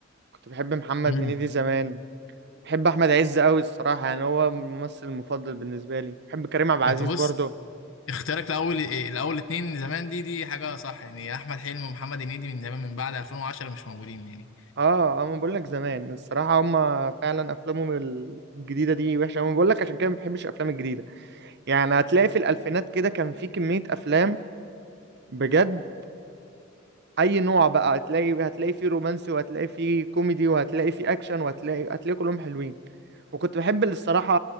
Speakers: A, on the right (about 55°); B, on the left (about 70°).
A: كنت بحب محمد
B: امم
A: هنيدي زمان بحب احمد عز قوي الصراحه يعني هو الممثل المفضل بالنسبه لي بحب كريم عبد العزيز
B: انت بص
A: برضه
B: اختيارك لاول الاول اتنين زمان دي دي حاجه صح يعني احمد حلمي ومحمد هنيدي من زمان من بعد 2010 مش موجودين يعني
A: اه اه ما بقول لك زمان الصراحه هما فعلا افلامهم الجديده دي وحشه انا بقول لك عشان كده ما بحبش الافلام الجديده يعني هتلاقي في الالفينات كده كان في كميه افلام بجد اي نوع بقى هتلاقي هتلاقي فيه رومانسي وهتلاقي فيه كوميدي وهتلاقي فيه اكشن وهتلاقي هتلاقي كلهم حلوين وكنت بحب الصراحه